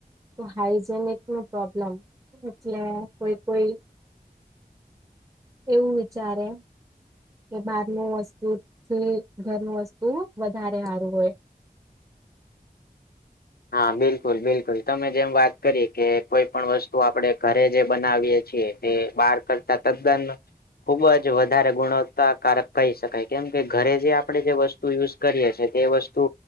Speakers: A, on the right; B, on the left.
A: તો હાઈજેનિકનું પ્રોબ્લમ એટલે કોઈ કોઈ એવું વિચારે કે બારનું વસ્તુથી ઘરનું વસ્તુ વધારે હારું હોય.
B: હા બિલકુલ બિલકુલ તમે જેમ વાત કરી કે કોઈ પણ વસ્તુ આપડે ઘરે જે બનાવીએ છીએ- - તે બાર કરતા તદ્દન- - ખુબ જ વધારે ગુણવત્તાકારક કહી શકાય કેમ કે ઘરે જે આપણેે જે વસ્તુ- - યુઝ કરીએ છે તે વસ્તુ